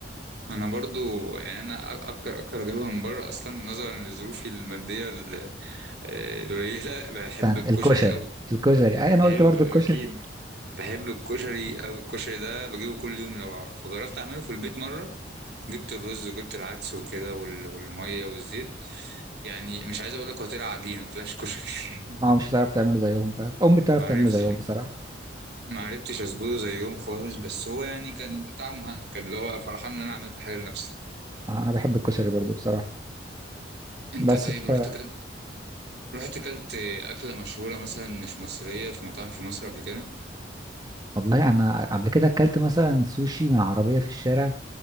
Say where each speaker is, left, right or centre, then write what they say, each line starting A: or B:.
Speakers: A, on the right (about 65°); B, on the right (about 20°).
A: انا برضو يعني انا أ- اكتر اكتر اجيبها من بره اصلا نظرا لظروفي الماديه ال- آه، القليله بحب
B: مثلاً
A: الكشري
B: الكشري
A: قوي
B: الكشري أي أنا
A: بحب
B: قلت برضو
A: اكيد
B: الكشري
A: بحب الكشري أوي الكشري ده بجيبه كل يوم لو أعرف وجربت أعمله في البيت مرة جبت الرز وجبت العدس وكده وال- والمية والزيت يعني مش عايز أقول لك هو طلع عجينة ما طلعش كشري
B: اه مش هتعرف تعمله زيهم فعلا امي بتعرف
A: <laughs> ما
B: تعمله
A: عرفتش
B: زيهم بصراحه
A: ما عرفتش أظبطه زيهم خالص بس هو يعني كان طعمه ها كان اللي هو فرحان إن أنا عملت حاجة لنفسي
B: آه، انا بحب الكشري برضو بصراحه
A: أنت
B: بس
A: طيب
B: ف
A: رحت كلت رحت كلت أكلة مشهورة مثلا مش مصرية في مطاعم في مصر قبل كده؟
B: والله انا قبل كده اكلت مثلا سوشي من عربيه في الشارع